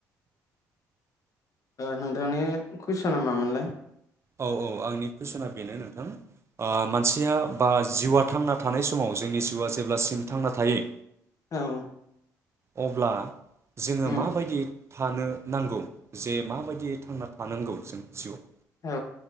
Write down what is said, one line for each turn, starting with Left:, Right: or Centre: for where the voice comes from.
Left: नोंथांनि कुइसना मामोनलाय
Right: औ औ आंनि कुइसना बेनो नोंथां मानसिया बा जिउआ थांना थानाय समाव जोंनि जिउआ जेब्लासिम थांना थायो।
Left: औ
Right: अब्ला जोङो
Left: उम
Right: माबायदियै थानो नांगौ जे माबायदियै थांना थानांगौ जों जिउआव
Left: औ